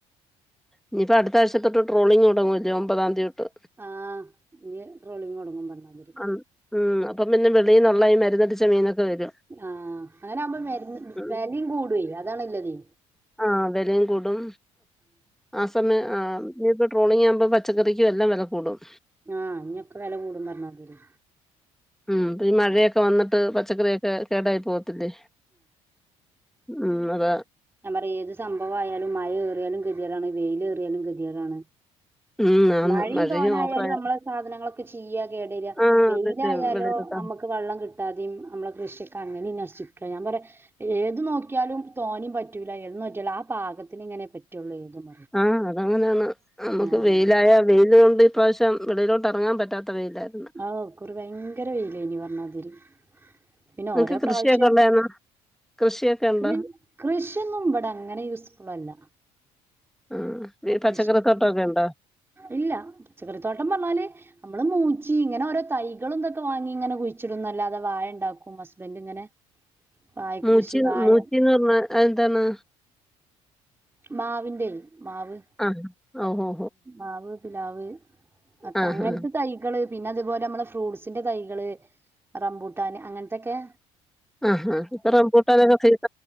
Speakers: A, in the centre; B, on the right (about 15°).
A: ഇനിയിപ്പ അടുത്ത ആഴ്ച തൊട്ട് ട്രോളിങ്ങുടങ്ങുവല്ലേ ഒമ്പതാതീ തൊട്ട്
B: ആഹ് ഇനി ട്രോളിങ്ങൊടങ്ങും പറഞ്ഞാതിരി
A: ഉം ഉം അപ്പം പിന്നെ വെളിന്നൊളള ഈ മരുന്നടിച്ച മീനൊക്കെ വരും
B: ആഹ് അങ്ങനെ ആവുമ്പോ
A: ഉം
B: വെലയും കൂടുവേ അതാണില്ലതേ
A: ആഹ് വെലയും കൂടും ആ സമയം ആഹ് ഇനിപ്പോ ട്രോളിംഗ് ആവുമ്പോ പച്ചക്കറിക്കും എല്ലാം വെല കൂടും
B: ആഹ് ഇനിയൊക്കെ വില കൂടും പറഞ്ഞാതിരി
A: ഉം ഈ മഴയൊക്കെ വന്നിട്ട് പച്ചക്കറിയൊ ക്കെ കേടായി പോവത്തില്ലേ ഉം അതാ
B: ഞാ പറയ ഏത് സംഭവം ആയാലും മഴയേറിയാലും കെതിയേടാണ് വെയിലേറിയാലും കെതിയേടാണ്
A: ഉം ആന്ന്
B: മഴിം
A: മഴയും
B: തോനായാലും
A: ഓവറായ
B: അമ്മള് സാധനങ്ങളൊക്കെ ചീയ്യാ കേടരാ
A: ആഹ്
B: വെയിലായാലോ
A: അതന്നെ വെളിയിലോട്ടാ
B: അമ്മക്ക് വെള്ളം കി കിട്ടാതേം അമ്മള കൃഷിയൊക്കെ അങ്ങനിം നശിക്ക ഞാ പറയാ ഏത് നോക്കിയാലും തോനിം പറ്റൂല ഏത് നോറ്റിയാലും ആ പാകത്തിന് ഇങ്ങനെ പറ്റുള്ളൂ ഏതും
A: ആഹ് അതങ്ങനെയാണ് നമുക്ക്
B: ആഹ്
A: വെയിലായ വെയ്ല് കൊണ്ട് ഇപ്രറാവിശ്യം വെളിയിലോട്ട് എറങ്ങാൻ പറ്റാത്ത വെയിലായിരുന്നു
B: അഓ ഇകുറി ഭയങ്കര വെയിലേനി പറഞാതിരി പിന്നെ
A: നിങ്ങക്ക്
B: ഓരോ പ്രാവശ്യം
A: കൃഷിയൊക്കെ ഉണ്ടായിരുന്നോ കൃഷിയൊക്കെ ഉണ്ടോ
B: കൃറ് കൃഷിയൊന്നും ഇവിടെ അങ്ങനെ യൂസ്ഫുൾ അല്ല
A: ആഹ് ഈ
B: കൃഷിയൊന്നും
A: പച്ചക്കറിത്തോട്ടൊക്കെ ണ്ടോ
B: ഇല്ല പച്ചക്കറി തോട്ടം പറഞ്ഞാല് ഞമ്മള മൂച്ചി ഇങ്ങനെഓരോ തൈകളും ഇതൊക്കെ വാങ്ങി ഇങ്ങനെ കുഴിച്ചിടുംന്നല്ലാതെ വായ ണ്ടാക്കും ഹസ്ബൻഡ് ഇങ്ങനെ വാഴ
A: മൂച്ചി
B: കൃഷി വാഴ
A: മൂച്ചി ന്ന് പറ്ഞ്ഞാ അഹ് എന്താണ്
B: മാവിന്റെ മാവ്
A: ആഹ് അഹൂ
B: മാവ് പിലാവ് ഒക്കെ
A: ആഹ്
B: അങ്ങ ന് ത്തെ തൈ കള് പിന്നെ അതുപോലെ നമ്മെ ഫ്രൂട്ട്സിന്റെ തൈകള് റമ്പൂട്ടാന് അങ്ങന് ത്തൊക്കെ
A: ആഹ് ഹാ ഇപ്പൊ റംബൂട്ടാനൊക്കെ സീസ